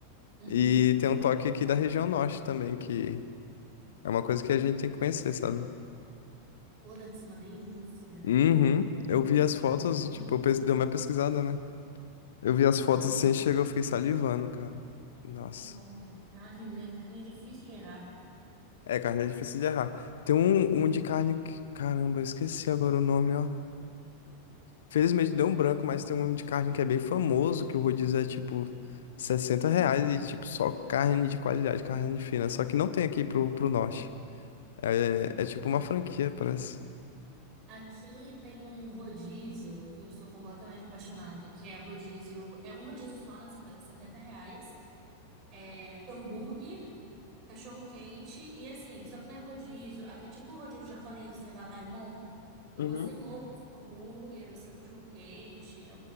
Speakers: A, on the right (about 35°); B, on the left (about 60°).
A: Uhum.
B: E tem um toque aqui da região norte também, que é uma coisa que a gente tem que conhecer, sabe?
A: Pô, deve ser uma delícia.
B: Uhum. Eu vi as fotos,
A: Um pouquinho
B: tipo,
A: de,
B: eu
A: um
B: pes- dei uma pesquisada, né? Eu vi as
A: pouquinho
B: fotos assim,
A: de
B: chegou, eu fiquei salivando, cara. Nossa.
A: no, na carne, né? Carne é difícil de errar.
B: É, carne é difícil de errar. Tem um, um de carne que, caramba, eu esqueci agora o nome, ó. Felizmente deu um branco, mas tem um de carne que é bem famoso, que o rodízio é tipo 60 reais e tipo só carne de qualidade, carne fina. Só que não tem aqui pro, pro norte. É,
A: não
B: é tipo uma franquia, parece.
A: Aqui tem um rodízio que eu sou completamente apaixonada, que é rodízio, é um rodízio só, né? Você paga 70 reais. É hambúrguer Cachorro quente e assim, só que não é rodízio. Aqui é tipo o rodízio japonês, você vai lá e monta. Então
B: Uhum.
A: você monta o seu hambúrguer, o seu cachorro quente, é